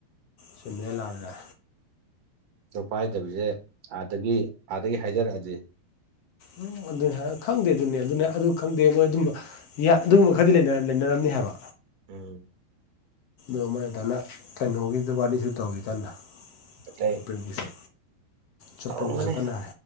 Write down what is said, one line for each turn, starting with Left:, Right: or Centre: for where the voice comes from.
Left: ꯆꯨꯝꯗꯅ ꯂꯥꯜꯂꯒ
Right: ꯄꯥꯏꯗꯕꯁꯦ ꯑꯥꯗꯒꯤ ꯑꯥꯗꯒꯤ ꯍꯥꯏꯖꯔꯛꯑꯗꯤ
Left: ꯎꯝ ꯑꯗꯨ ꯈꯪꯗꯦ ꯑꯗꯨꯅꯦ ꯑꯗꯨꯅꯦ ꯑꯗꯨ ꯈꯪꯗꯦ ꯃꯣꯏ ꯑꯗꯨꯝꯕ ꯑꯗꯨꯒꯨꯝꯕ ꯈꯔꯗꯤ ꯂꯩꯅꯔꯝꯅꯤ ꯍꯥꯏꯕ
Right: ꯎꯝ
Left: ꯑꯣ ꯃꯣꯏ ꯑꯗꯨꯗꯥꯅ ꯀꯩꯅꯣꯒꯤꯗꯨ ꯋꯥꯔꯤꯗꯤꯁꯨ ꯇꯧꯋꯤ ꯀꯥꯟꯗ
Right: ꯀꯩ
Left: ꯁꯄ꯭ꯔꯤꯝ ꯀꯣꯔ ꯁꯨꯄ꯭ꯔꯤꯝ
Right: ꯇꯧꯔꯝꯒꯅꯤ
Left: ꯀꯣꯔꯠ ꯀꯅꯥ